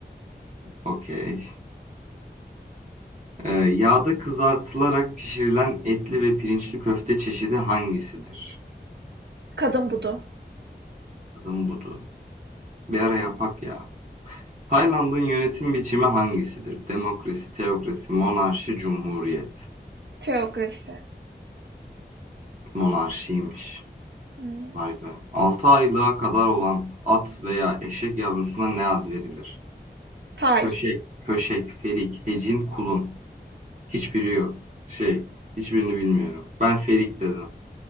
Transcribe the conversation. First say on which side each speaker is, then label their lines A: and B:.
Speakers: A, on the right; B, on the right.
A: Okey. Ee, yağda kızartılarak pişirilen etli ve pirinçli köfte çeşidi hangisidir?
B: Kadın budu.
A: Adım budu. Bir ara yapak ya. Tayland'ın yönetim biçimi hangisidir? Demokrasi, teokrasi, monarşi, cumhuriyet.
B: Teokrasi.
A: Monarşiymiş.
B: Hmm.
A: Vay be. 6 aylığa kadar olan at veya eşek yavrusuna ne ad verilir?
B: Tay.
A: Köşek, köşek, ferik, hecin, kulun. Hiçbiri yok. Şey, hiçbirini bilmiyorum. Ben Ferik dedim.